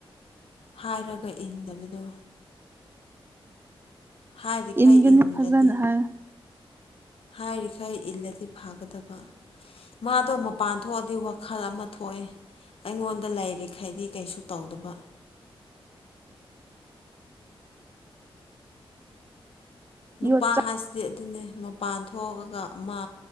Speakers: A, on the left; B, on the right.
A: ꯍꯥꯏꯔꯒ ꯏꯟꯗꯕꯗꯣ ꯍꯥꯏꯔꯤꯈꯩ
B: ꯏꯟꯒꯅꯤ
A: ꯏꯜꯂꯗꯤ
B: ꯐꯖꯅ ꯍꯥꯏ
A: ꯍꯥꯏꯔꯤꯈꯩ ꯏꯜꯂꯗꯤ ꯐꯥꯒꯗꯕ ꯃꯥꯗꯣ ꯃꯄꯥꯟ ꯊꯣꯛꯑꯗꯤ ꯋꯥꯈꯜ ꯑꯃ ꯊꯣꯛꯑꯦ ꯑꯩꯉꯣꯟꯗ ꯂꯩꯥꯏꯔꯤꯈꯩꯗꯤ ꯀꯩꯁꯨ ꯇꯧꯗꯕ ꯅꯨꯄꯥ
B: ꯌꯣꯠ ꯆꯥꯛ
A: ꯍꯥꯏꯁꯤꯗꯤ ꯑꯗꯨꯅꯦ ꯃꯄꯥꯟ ꯊꯣꯛꯑꯒ ꯑꯃ